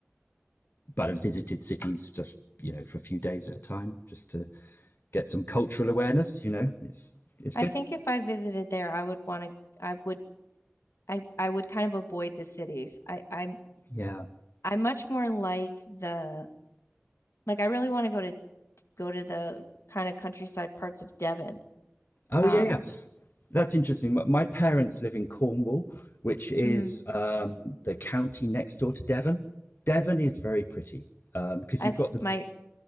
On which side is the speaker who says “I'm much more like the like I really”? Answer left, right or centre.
Left